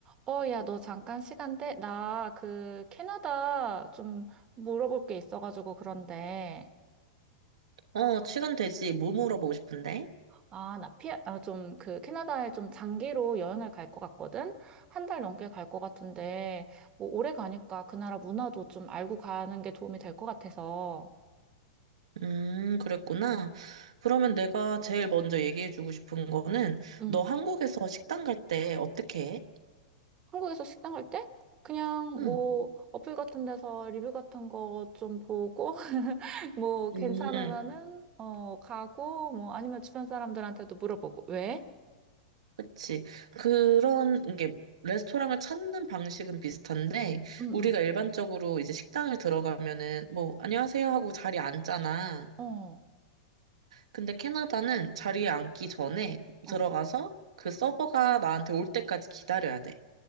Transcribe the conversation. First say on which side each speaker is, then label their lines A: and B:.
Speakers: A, on the right; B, on the right.
A: 어, 야, 너 잠깐 시간 돼? 나 그 캐나다 좀 물어볼 게 있어가지고 그런데.
B: 어, 시간 되지. 뭐 물어보고 싶은데?
A: 아, 나 피, 아, 좀 그 캐나다에 좀 장기로 여행을 갈 것 같거든? 한 달 넘게 갈 것 같은데, 뭐 오래 가니까 그 나라 문화도 좀 알고 가는 게 도움이 될 것 같아서.
B: 음, 그랬구나. 그러면 내가 제일 먼저 얘기해주고 싶은 거는,
A: 음.
B: 너 한국에서 식당 갈 때 어떻게 해?
A: 한국에서 식당 갈 때? 그냥
B: 응.
A: 뭐 어플 같은 데서 리뷰 같은 거 좀 보고 <laughs> 뭐 괜찮으면은
B: 음,
A: 어 가고 뭐 아니면 주변 사람들한테도 물어보고 왜?
B: 그치. 그런 게, 레스토랑을 찾는 방식은 비슷한데,
A: 응,
B: 우리가
A: 응.
B: 일반적으로 이제 식당을 들어가면은, 뭐, 안녕하세요 하고 자리에 앉잖아.
A: 어,
B: 근데 캐나다는 자리에 앉기 전에
A: 어.
B: 들어가서 그 서버가 나한테 올 때까지 기다려야 돼.